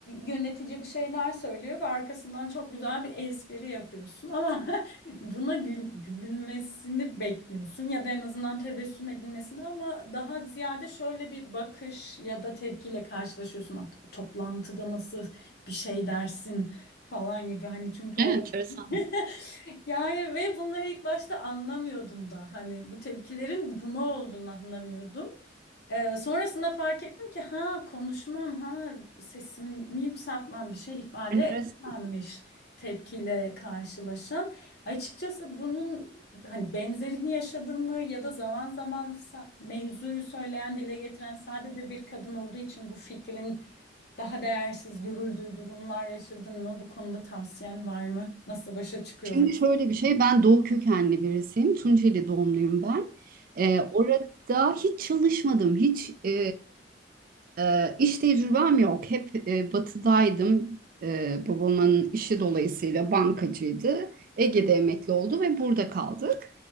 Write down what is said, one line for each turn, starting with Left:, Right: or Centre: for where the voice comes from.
Left: yönetici bir şeyler söylüyor ve arkasından çok güzel bir espri yapıyorsun ama <laughs> buna gül, gülünmesini bekliyorsun ya da en azından tebessüm edilmesini ama daha ziyade şöyle bir bakış ya da tepkiyle karşılaşıyorsun. "Ah, toplantıda nasıl bir şey dersin falan gibi hani çünkü
Right: Evet,
Left: o
Right: enteresan.
Left: <laughs> yani ve bunları ilk başta anlamıyordum da hani bu tepkilerin buna olduğunu anlamıyordum. Ee, sonrasında fark ettim ki ha konuşmam ha sesimi yükseltmem bir şey ifade
Right: Enteresan.
Left: etmemiş tepkiyle karşılaşan. Açıkçası bunun hani benzerini yaşadın mı ya da zaman zaman sa- mevzuyu söyleyen dile getiren sadece bir kadın olduğu için bu fikrin daha değersiz görüldüğü durumlar yaşadın mı? Bu konuda tavsiyen var mı? Nasıl başa çıkıyor?
Right: Şimdi şöyle bir şey, ben Doğu kökenli birisiyim. Tunceli doğumluyum ben. Ee, orada hiç çalışmadım, hiç e, ee, iş tecrübem yok. Hep e, batıdaydım. Ee, babamın işi dolayısıyla bankacıydı. Ege'de emekli oldu ve burada kaldık.